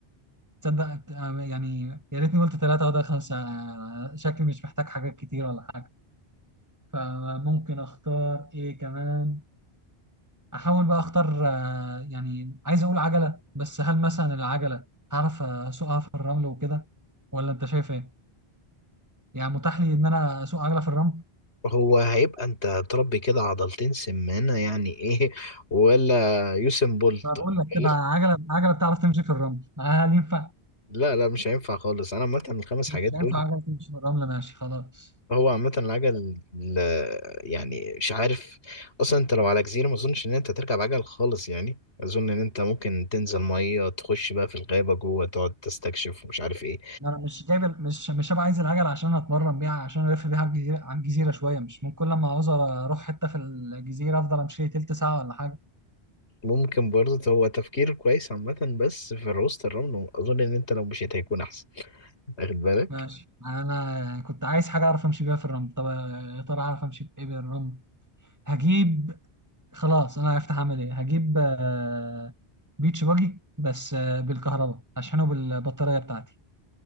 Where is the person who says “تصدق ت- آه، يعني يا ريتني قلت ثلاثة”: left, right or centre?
Right